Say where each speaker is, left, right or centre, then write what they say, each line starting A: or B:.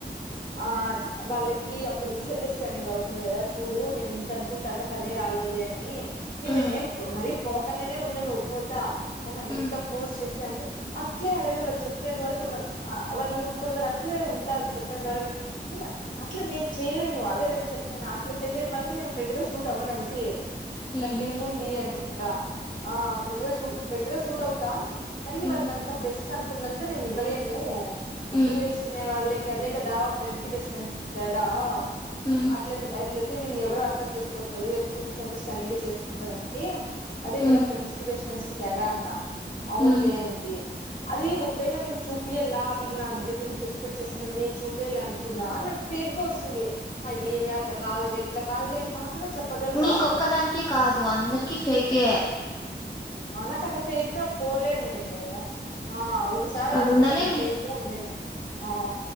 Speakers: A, on the left; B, on the left.
A: ఆ వాళ్ళకి అప్పుడు మిస్ అండర్ స్టాండింగ్ అవుతుంది కదా చూడు నేను ఇంత అనుకుంటాన్నా తనే రాలేదు. దేన్ని
B: ఆ
A: నేను ఏం పో మరి పోకన్నానే ఉండను పోతా అని అంత
B: ఉమ్
A: ఫోర్స్ చేసి అంత అట్లే అడగాలి వాళ్ళు చెప్పేంత వరకు వాళ్ళు కొందరు అట్లే ఉంటారు చెప్పేంత వరకు నీ అట్లా నేను చెయను అదే కదా చెప్తాన్న అట్లా చేయలేని వాళ్ళకి నేను ఫ్రెండ్ గా సూట్ అవ్వను అంతే.
B: ఉమ్
A: దాంట్లో ఏముంది అని ఉంటా ఆ ఫ్రెండ్గా సూట్ ఫ్రెండ్గా సూట్ అవుతా మరి
B: ఉమ్
A: వాళ్ళకి అంత బెస్ట్ అనుకున్నంత అంటే నేను ఇవ్వాలేను అర్థం
B: ఉమ్
A: చేసుకునే వాళ్ళకి అదే కదా ఫ్రెండ్ కి బెస్ట్ ఫ్రెండ్స్ కి తేడా ఆ
B: ఉమ్
A: అట్ల అట్లయితే నేను ఎవరు అర్థం చేసుకోరు పల్లవి ఎప్పుడు మిస్ అండర్ స్టాండింగ్ తనింగ చేసుకుంటారంటే అదే
B: ఉమ్
A: కదా ఫ్రెండ్స్ కి బెస్ట్ ఫ్రెండ్స్ తేడా అన్నా అవునులే
B: ఉమ్.
A: అనింది అది ఒకవేళ నేను చూపియాల వీళ్ళు నా దగ్గర నుంచి ఎక్స్పెక్ట్ చేశాను నేను చూపయాల అనుకున్నా నాకు ఫేక్ గా వస్తుంది ఏమి అట్లా కాదులే ఇట్లా కాదులే అని మాత్ర మాత్రమే చెప్పగల్
B: నీకొక్కదానికే
A: తా
B: కాదు అందరికి ఫేకేయే
A: మనకట్ల ఫేక్ గా పోలేను మే నేను. ఆ ఒకసారి
B: ఆ
A: అడుగుతా
B: ఉండలేంలే
A: నేను ఫేక్గా ఉండలేను ఆ